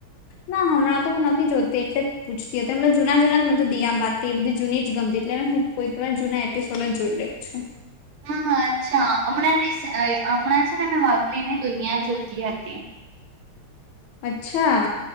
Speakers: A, on the left (about 75°); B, on the right (about 80°).
A: ના હમણાં તો હું નથી જોતી એટલે પૂછતી હતીમ જૂના જૂનાધ દી આ બાત એ બધી જૂની જ ગમતી એટલે હુંવાર જૂના એપિસોડ જોઈ લઉ છું.
B: હા હા અચ્છા હમણાં હમણાં છે, ને મે વાઘલીની દુનિયા જોતી હતી
A: અચ્છા